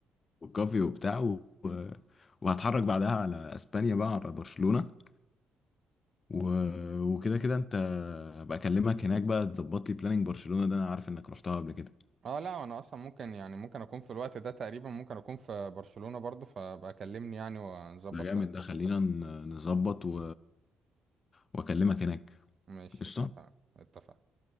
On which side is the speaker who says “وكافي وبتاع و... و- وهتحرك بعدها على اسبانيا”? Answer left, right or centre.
Left